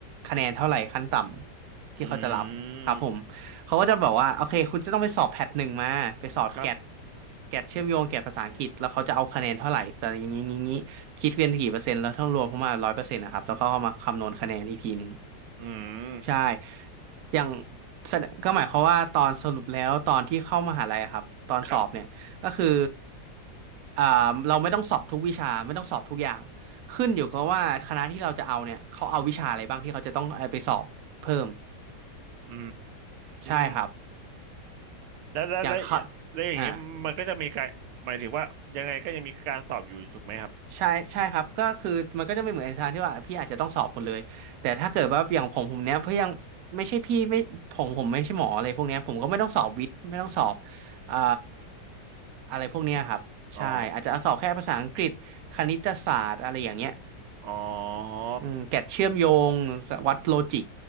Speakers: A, on the right (about 70°); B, on the right (about 85°).
A: คะแนนเท่าไหร่ขั้นต่ำที่เขาจะรับครับผม
B: อืม
A: เขาก็จะบอกว่าโอเคคุณจะต้องไปสอบแพทหนึ่งมาไปสอบแกด
B: ครับ
A: แกดเชื่อมโยงแกดภาษาอังกฤษแล้วเขาจะเอาคะแนนเท่าไหร่แต่อย่างนี้งี้งี้คิดเป็นกี่เปอร์เซ็นต์แล้วต้องรวมเข้ามาร้อยเปอร์เซ็นต์นะครับแล้วก็เอามาคำนวณคะแนนอีกทีหนึ่ง
B: อืม
A: ใช่อย่างแสดก็หมายความว่าตอนสรุปแล้วตอนที่เข้ามหาลัยอะครับตอนสอบเนี่ยก็คือ
B: ครับ
A: อ่าเราไม่ต้องสอบทุกวิชาไม่ต้องสอบทุกอย่างขึ้นอยู่กับว่าคณะที่เราจะเอาเนี่ยเขาเอาวิชาอะไรบ้างที่เขาจะต้องเอาไปสอบเพิ่ม
B: อื
A: ใช่ครับ
B: มแล้วแล้วแล้วแล้วอย่างนี้มันก็จะมีการหมายถึงว่ายังไงก็ยังมีการสอบอยู่ถูกไหมครับ
A: อย่างเขาอ่าใช่ใช่ครับก็คือมันก็จะไม่เหมือนอาจารย์ที่ว่าพี่อาจจะต้องสอบหมดเลยแต่ถ้าเกิดว่าอย่างผมผมเนี้ยเพื่อยังไม่ใช่พี่ไม่ผมผมไม่ใช่หมออะไรพวกเนี้ยผมก็ไม่ต้องสอบวิทย์ไม่ต้องสอบอ่าอะไรพวกเนี้ยครับใช่อาจจะสอบแค่ภาษาอังกฤษคณิตศาสตร์อะไรอย่างเงี้ย
B: อ๋ออ๋อ
A: อืมแกดเชื่อมโยงวัดโลจิก